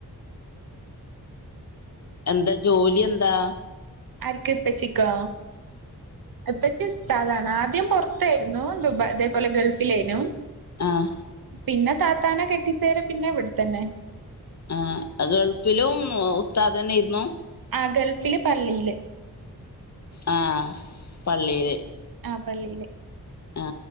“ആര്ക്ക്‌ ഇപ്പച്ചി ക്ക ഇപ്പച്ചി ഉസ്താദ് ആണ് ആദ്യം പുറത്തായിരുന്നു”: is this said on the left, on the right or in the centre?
Right